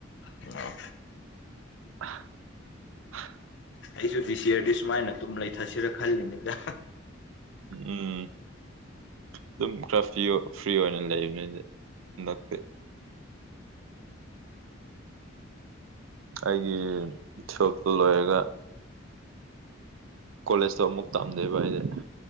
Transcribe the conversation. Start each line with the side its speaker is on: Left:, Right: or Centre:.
Left: ꯑ
Right: <inaudible>
Left: ꯑꯩꯁꯨ ꯗꯤ ꯁꯤ ꯑꯔꯗꯤ ꯁꯨꯃꯥꯏꯅ ꯑꯗꯨꯝ ꯂꯩꯊꯁꯤꯔꯥ ꯈꯜꯂꯤꯅꯤꯗ
Right: ꯎꯝ ꯑꯗꯨꯝ ꯈ꯭ꯔ ꯐ꯭ꯔꯤ ꯑꯣꯏꯅ ꯂꯩꯕꯅꯤ ꯍꯟꯗꯛꯇꯤ ꯑꯩꯒꯤ ꯁꯣꯞꯇꯨ ꯂꯣꯏꯔꯒ ꯀꯣꯂꯦꯖꯇꯣ ꯑꯃꯨꯛ ꯇꯥꯑꯝꯗꯦꯕ ꯍꯥꯏꯗꯤꯦ